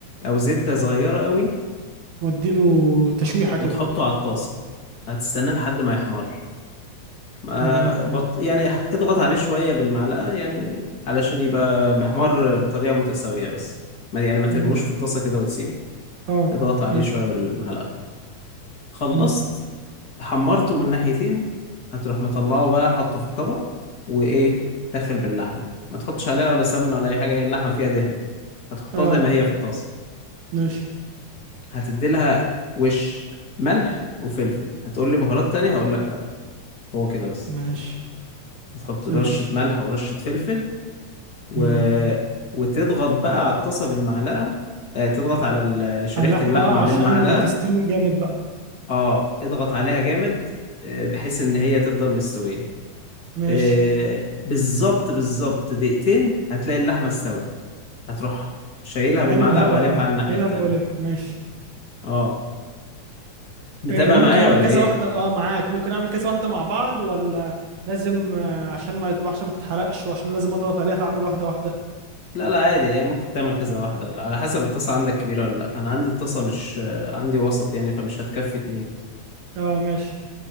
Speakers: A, on the left; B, on the right.
A: أو زبدة صغيرة قوي
B: واديله تشويحة
A: وتحطه
B: كده
A: على الطاسة هتستناه لحد ما يحمر ما-
B: تمام
A: بط... يعني اضغط عليه شوية بالمعلقة يعني علشان يبقى محمر بطريقة متساوية بس ما يعني ما ترموش
B: امم
A: في الطاسة كده وتسيبه
B: اه
A: اضغط عليه
B: ماشي
A: شوية بالمعلقة خلصت
B: امم
A: حمرته من ناحيتين هتروح مطلعه بقى حاطه في الطبق وإيه داخل باللحمة ما تحطش عليها ولا سمنة ولا أي حاجة هي اللحمة فيها دهنة هتحطها
B: اه
A: زي ما هي في الطاسة
B: ماشي
A: هتدي لها وش ملح وفلفل هتقول لي بهارات تانية هقول لك لا هو كده بس
B: ماشي
A: هتحط رشة
B: ماشي
A: ملح ورشة فلفل و...
B: امم
A: وتضغط بقى على الطاسة بالمعلقة آه تضغط على ال- شريحة
B: اللحمة
A: اللحمة
B: اه عشان
A: بالمعلقة
B: تستوي جامد بقى
A: اه اضغط عليها جامد آه بحيث ان هي تفضل مستوية
B: ماشي
A: آه بالظبط بالظبط دقيقتين هتلاقي اللحمة استوت هتروح شايلها بالمعلقة
B: قلبها بقى
A: وقلبها على الناحية
B: قلبها
A: التانية
B: بقلبها ماشي
A: اه متابع
B: إيه ممكن
A: معايا
B: اعمل
A: ولا
B: كذا
A: ايه
B: واحدة اه معاك ممكن اعمل كذا واحدة مع بعض ولا لازم آه، عشان ما الوحشة ما تتحرقش وعشان لازم اضغط عليها فاعمل واحدة واحدة
A: لا لا عادي يعني ممكن تعمل كذا واحدة على حسب الطاسة عندك كبيرة ولا لأ أنا عندي الطاسة مش عندي وسط يعني فمش هتكفي اتنين
B: اه ماشي